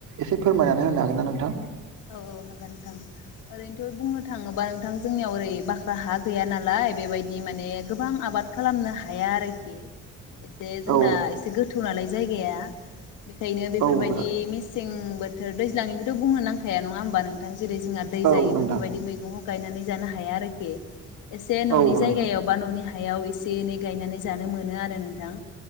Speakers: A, on the right; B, on the left.
A: एसे फोरमायनानै होनो हागोन ना नोंथां?
B: औ औ हागोन नोंथां ओरैनोथ' बुंनो थाङोबा नोंथां जोंनियाव ओरै बाख्रा हा गैया नालाय बेबायदि माने गोबां आबाद खालामनो हाया आरोखि एसे जोंना
A: औ
B: एसे गोथौ नालाय जायगाया बेखायनो बेफोरबायदि
A: औ
B: मेसें बोथोर दैज्लांनिखौथ बुंनो नांखाया नङा होमबा नोंथां जेरै जोंहा दै
A: औ
B: जायो
A: नोंथां
B: बेफोरबायदि मैगंखौ गखयनानै जानो हाया आरोखि एसे न'नि
A: औ
B: जायगायाव
A: नोंथां
B: बा न'नि हायाव एसे एनै गायनानै जानो मोनो आरो नोंथां